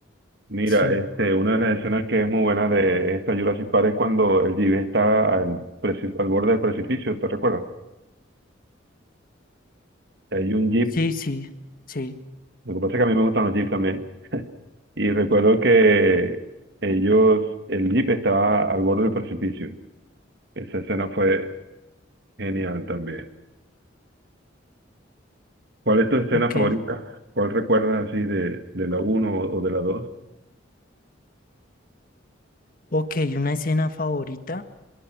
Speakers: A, on the right; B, on the left.
A: Mira,
B: sí,
A: este, una de las escenas que es muy buena de esta Jurassic Park es cuando el jeep está al, preci- al borde del precipicio, ¿te recuerdas? Hay un jeep,
B: sí, sí, sí.
A: lo que pasa es que a mí me gustan los jeeps también, y recuerdo que ellos, el jeep estaba al borde del precipicio. Esa escena fue genial también. ¿Cuál es tu escena
B: Ok,
A: favorita? ¿Cuál recuerdas así de, de la uno o, o de la dos?
B: ok. Una escena favorita